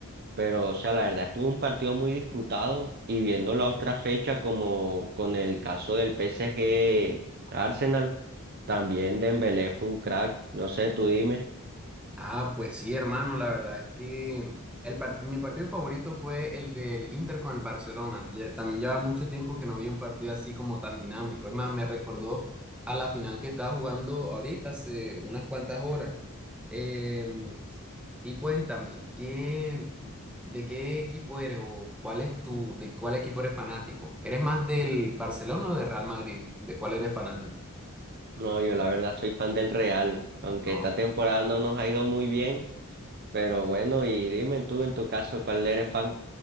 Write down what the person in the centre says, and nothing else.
Ah, pues sí, hermano, la verdad es que el part- mi partido favorito fue el del Inter con el Barcelona. Ya, también lleva mucho tiempo que no había un partido así como tan dinámico. Es más, me recordó a la final que estaba jugando ahorita hace unas cuantas horas. Em, Y cuéntame, ¿qué, de qué equipo eres o cuál es tu, de cuál equipo eres fanático? ¿Eres más del Barcelona o del Real Madrid? ¿De cuál eres fanático?
No.